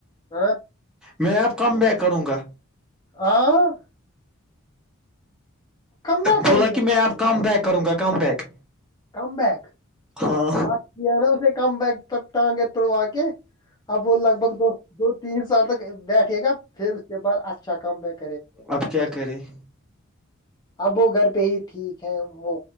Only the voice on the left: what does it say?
آ <inaudible>
آ <inaudible> بیک کرے
گا
کم بیک
ہٹیا نا اسے کم بیک تپت ہ گ توڑوا کےے اب وہ لگ بھگ دو دو تین سال تک <unintelligible> بیٹھے گا پھر اس کے بد اچھا <unintelligible> اچھ کم ب <unintelligible>
اب وہ گھر پہ ہی ٹھیک ہے وہ